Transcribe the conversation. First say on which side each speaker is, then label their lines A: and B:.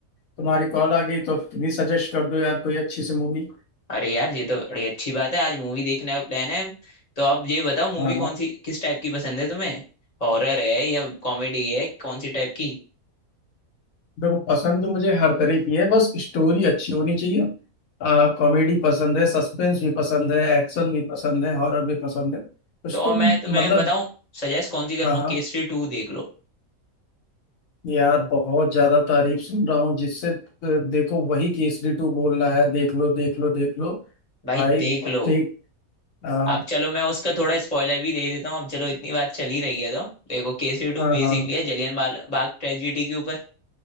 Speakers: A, on the left; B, on the left.
A: तुम्हारी कॉल आ गई तो तुम ही सजेस्ट कर दो यार कोई अच्छी सी मूवी
B: अरे यार ये तो बड़ी अच्छी बात है आज मूवी देखने का प्लान है तो अब ये बताओ मूवी
A: हाँ
B: कौन
A: हाँ
B: सी किस टाइप की पसंद है तुम्हें हॉरर है या कॉमेडी है कौन सी टाइप की
A: देखो पसंद तो मुझे हर तरह की है बस स्टोरी अच्छी होनी चाहिए कॉमेडी पसंद है सस्पेंस भी पसंद है एक्शन भी पसंद है हॉरर भी पसंद है कुछ
B: तो
A: तुम
B: अब मैं तुम्हें
A: मतलब
B: बताऊं सजेस्ट कौन सी करूंगा
A: हाँ हाँ
B: केसरी टू देख लो
A: यार बहुत ज्यादा तारीफ सुन रहा हूँ जिससे अ, देखो वही केसरी टू बोल रहा है देख लो देख लो देख लो
B: भाई
A: भाई
B: देख लो
A: अब देख आ,
B: आप चलो मैं उसका थोड़ा स्पॉइलर भी दे देता हूँ अब चलो इतनी बात चली रही है तो देखो केसरी टू
A: हाँ
B: बेसिकली
A: हाँ
B: है जलियन बाग ट्रेजिडी के ऊपर